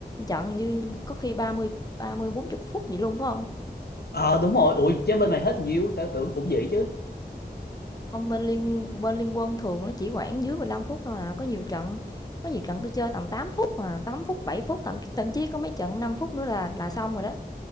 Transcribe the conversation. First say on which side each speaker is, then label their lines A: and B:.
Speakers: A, on the left (about 20°); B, on the left (about 70°).
A: trận như có khi ba ba mươi ba mươi bốn 40 phút gì luôn phải không
B: ờ đúng rồi ủa chứ bên mày hết nhiều tao tưởng cũng vậy chứ
A: Không bên liên bên liên quân thường nó chỉ khoảng dưới 15 phút thôi à. Có nhiều trận có nhiều trận tôi chơi tầm 8 phút mà 8 phút 7 phút thậm thậm chí có mấy trận 5 phút nữa là là xong rồi đó.